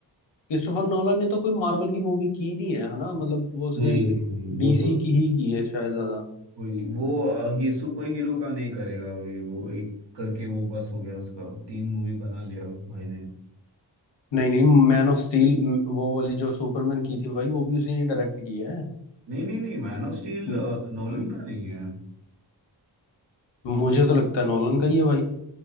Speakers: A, on the left; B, on the right.
A: क्रिस्टोफर नॉलन ने तो कोई मार्वल की मूवी की नहीं है है ना मतलब वो उसने
B: नहीं नहीं नहीं, वो
A: डीसी
B: तो
A: की ही की है शायद ज्यादा
B: कोई वो अ, ही सुपर हीरो का नहीं करेगा अभी वो एक करके वो बस हो गया उसका तीन मूवी बना लिया भाई ने
A: नहीं नहीं मैन ऑफ स्टील वो वाली जो सुपरमैन की थी भाई वो भी उसी ने डायरेक्ट की है
B: नहीं नहीं नहीं मैन ऑफ स्टील
A: म-
B: नोलन
A: म-
B: का नहीं है
A: मुझे तो लगता है नॉलन का ही है भाई